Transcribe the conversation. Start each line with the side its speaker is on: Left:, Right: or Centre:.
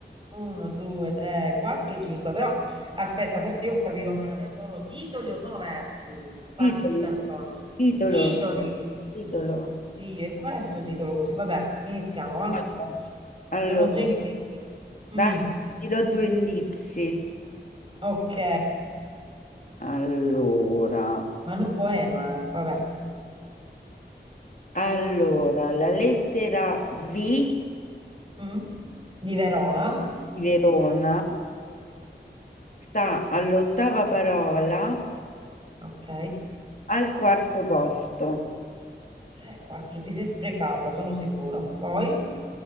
Right: 1, 2, 3, 4, 5. Però aspetta, forse io ho capito male. Sono titoli o sono versi? Parti
Left: Titoli,
Right: di canzone.
Left: titolo,
Right: Titoli.
Left: titolo.
Right: Oddio, e qual è sto titolo così? Vabbè, iniziamo, va?
Left: Vabbè. Allora,
Right: Sono già in crisi. Mm,
Left: dai, ti do due indizi.
Right: ok,
Left: Allora,
Right: Manu Poema, eh, vabbè.
Left: allora, la lettera V
Right: Mm, Di Verona,
Left: di Verona Sta all'ottava parola,
Right: ok.
Left: al quarto posto.
Right: 3, 4, ti sei sprecata, sono sicura. Poi,